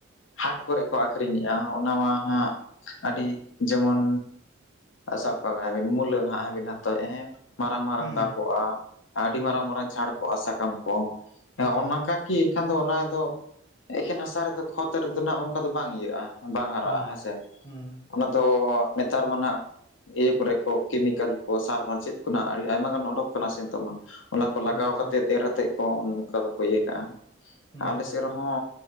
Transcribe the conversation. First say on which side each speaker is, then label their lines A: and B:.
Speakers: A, on the left; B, on the left.
A: ᱦᱟᱴ ᱠᱚᱨᱮ ᱠᱚ ᱟᱠᱷᱨᱤᱧᱮᱜᱼᱟ ᱚᱱᱟ ᱢᱟ
B: ᱦᱳᱭ
A: ᱦᱟᱸᱜ ᱟᱹᱰᱤ ᱡᱮᱢᱚᱱ ᱥᱟᱵ ᱠᱟᱜᱵᱤᱱ ᱢᱩᱞᱟᱹ ᱱᱟᱦᱟᱜᱵᱤᱱ ᱦᱟᱛᱟᱣᱮᱜᱼᱟ ᱢᱟᱨᱟᱝ ᱢᱟᱨᱟᱝ
B: ᱦᱩᱸ
A: ᱫᱟ ᱠᱚᱜᱼᱟ ᱟᱹᱰᱤ
B: ᱦᱩᱸ
A: ᱢᱟᱨᱟᱝ ᱢᱟᱨᱟᱝ ᱡᱷᱟᱲ ᱠᱚᱜᱼᱟ ᱥᱟᱠᱟᱢ ᱠᱚ ᱚᱱᱟᱠᱟ
B: ᱦᱳᱭ
A: ᱠᱤ ᱮᱱᱠᱷᱟᱱ ᱫᱚ ᱚᱱᱟ ᱫᱚ ᱮᱠᱮᱱ ᱦᱟᱥᱟ ᱨᱮᱫᱚ ᱠᱷᱚᱛ ᱨᱮᱫᱚ ᱱᱟᱜ ᱚᱝᱠᱟ ᱫᱚ ᱵᱟᱝ ᱤᱭᱟᱹᱜᱼᱟ ᱵᱟᱝ ᱦᱟᱨᱟᱜᱼᱟ
B: ᱦᱩᱸ
A: ᱦᱮᱸᱥᱮ
B: ᱦᱩᱸ
A: ᱚᱱᱟ ᱫᱚ ᱱᱮᱛᱟᱨ ᱢᱟ ᱱᱟᱦᱟᱜ ᱤᱭᱟᱹ ᱠᱚᱨᱮ ᱠᱚ ᱠᱮᱢᱤᱠᱮᱞ ᱠᱚ ᱥᱟᱨᱢᱟᱨ ᱪᱮᱫ ᱠᱷᱚᱱᱟᱜ ᱟᱹᱰᱤ ᱟᱭᱢᱟ ᱜᱟᱱ ᱳᱰᱳᱠ ᱠᱟᱱᱟ ᱥᱮ ᱱᱤᱛᱚᱜ ᱢᱟ ᱚᱱᱟ ᱠᱚ ᱞᱟᱜᱟᱣ
B: ᱟᱪᱪᱷᱟ
A: ᱠᱟᱛᱮᱫ
B: ᱟᱪᱪᱷᱟ
A: ᱮᱨ ᱟᱛᱮᱫ ᱠᱚ ᱚᱱᱠᱟ ᱫᱚᱠᱚ ᱤᱭᱟᱹ ᱠᱟᱜᱼᱟ
B: ᱦᱩᱸ
A: ᱟᱞᱮ
B: ᱦᱮᱸ
A: ᱥᱮᱫ ᱨᱮᱦᱚᱸ